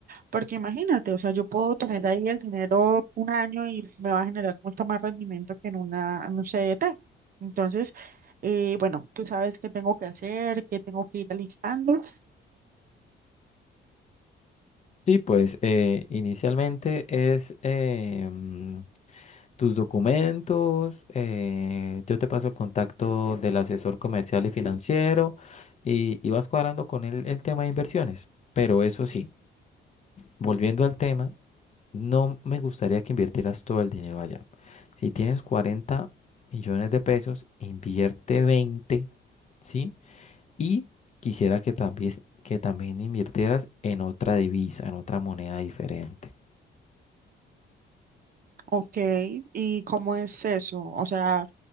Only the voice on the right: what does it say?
porque imagínate, o sea, yo puedo tener ahí el dinero un año y me va a generar mucho más rendimiento que en una, en un CDT. Entonces, eh, bueno, tú sabes qué tengo que hacer, qué tengo que ir alistando.
Ok, ¿y cómo es eso? O sea,